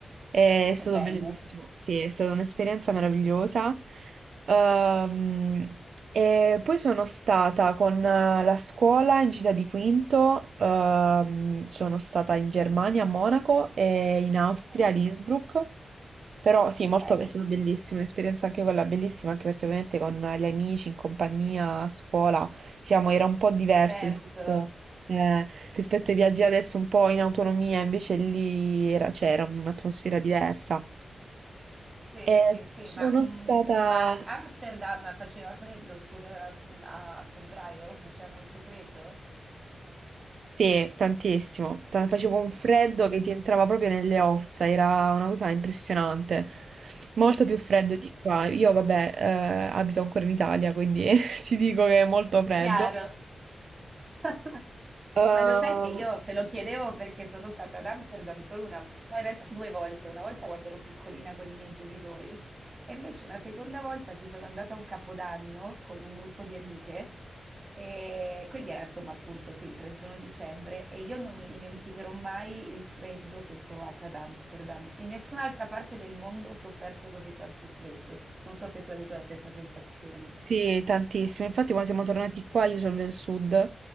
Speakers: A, on the right; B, on the right.
A: È
B: ah, che
A: stato
B: bello.
A: bellissimo, sì, è stata un'esperienza meravigliosa. Ehm, e poi sono stata con eh, la scuola in città di Quinto, ehm, sono stata in Germania a Monaco e in Austria
B: Mm,
A: a Innsbruck. Però sì, molto,
B: ok.
A: è stata bellissima, un'esperienza anche quella bellissima, anche perché ovviamente con gli amici, in compagnia, a scuola, diciamo, era un po' diverso
B: E certo.
A: rispetto, eh, rispetto ai viaggi adesso un po' in autonomia, invece lì era- c'era un'atmosfera diversa.
B: Sì,
A: E
B: sì, sì,
A: sono
B: ma, mm,
A: stata,
B: ma Amsterdam faceva freddo, scusa, a, a- a febbraio faceva molto freddo?
A: sì, tantissimo, Ta- facevo un freddo che ti entrava proprio nelle ossa, era
B: <laughs>
A: una cosa impressionante. Molto più freddo di qua. Io, vabbè, eh, abito ancora in Italia, quindi <laughs> ti dico che è molto freddo.
B: Chiaro. <laughs>
A: Uh,
B: Ma lo sai che io te lo chiedevo perché sono stata ad Amsterdam solo una, no, in realtà due volte, una volta quando ero piccolina con i miei genitori e invece una seconda volta ci sono andata a un capodanno con un gruppo di amiche e quindi era insomma appunto sì, il 31 dicembre e io non mi dimenticherò mai il freddo che ho provato ad Amsterdam. In nessun'altra parte del mondo ho sofferto così tanto il freddo. Non so se tu hai avuto la stessa sensazione.
A: sì, tantissimo. Infatti, quando siamo tornati qua, io sono del sud.